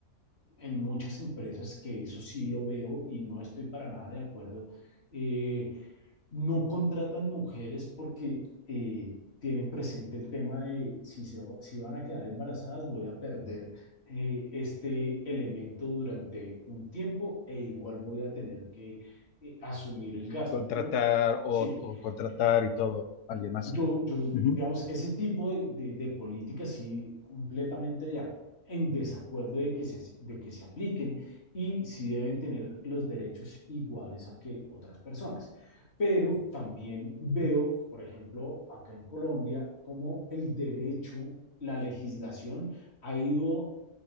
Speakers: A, on the left; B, on the left.
A: en muchas empresas, que eso sí lo veo y no estoy para nada de acuerdo. eh, no contratan mujeres porque eh, tienen presente el tema de si, se, va- si van a quedar embarazadas, voy a perder eh, este elemento durante un tiempo e igual voy a tener que eh, asumir el gasto.
B: Contratar
A: Yo,
B: o,
A: sí,
B: o contratar
A: yo,
B: y todo, alguien más.
A: yo, yo,
B: Ujú,
A: digamos, ese tipo de, de, de políticas sí completamente de ac- en desacuerdo de que se, de que se apliquen y sí deben tener los derechos iguales a que otras personas. Pero también veo, por ejemplo, acá en Colombia, cómo el derecho, la legislación ha ido